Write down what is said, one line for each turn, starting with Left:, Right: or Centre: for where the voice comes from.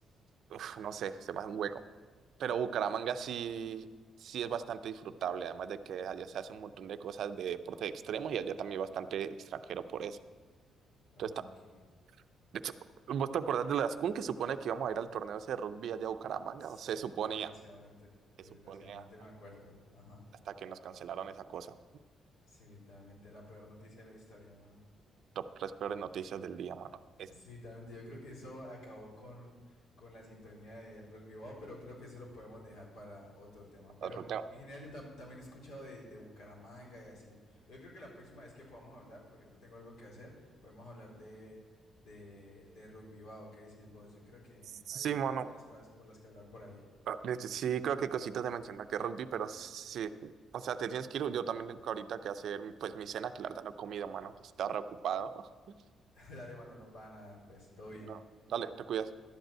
Right: Uf, no sé, se me hace un hueco. Pero Bucaramanga sí, sí es bastante disfrutable, además de que allá se hace un montón de cosas de deportes extremos y allá también hay bastante extranjero por eso. Entonces,
Left: Ok.
Right: ta- de hecho, ¿vos te acordás de las Ascun que supone que íbamos a ir al torneo ese de rugby allá a Bucaramanga?
Left: Sí,
Right: O se suponía,
Left: desgraciadamente,
Right: se
Left: desgraciadamente
Right: suponía
Left: me acuerdo. Ajá.
Right: hasta que nos cancelaron esa cosa.
Left: Sí, literalmente la peor noticia de la historia, mano.
Right: Top tres peores noticias del día, mano. Es
Left: Sí, totalmente. yo creo que eso acabó con, con la sintonía de rock Wow, pero creo que eso lo podemos dejar para otro tema. Pero
Right: otro tema.
Left: en general yo tam- también he escuchado de, de Bucaramanga y así. Yo creo que la próxima vez que podamos hablar, porque yo tengo algo que hacer, podemos hablar de, de, de rock Wow, ¿qué decís vos? Yo creo que
Right: Sí,
Left: hay,
Right: mano.
Left: hay buenas cosas por las que hablar por ahí.
Right: Ah, de Sí, creo que hay cositas de mencionar que rugby, pero sí, o sea, te tienes que ir, yo también tengo ahorita que hacer pues mi cena, que la verdad no he comido, mano, está reocupado. <laughs>
Left: <laughs> Dale, mano, no para nada, pues todo bien.
Right: No, dale, te cuidas.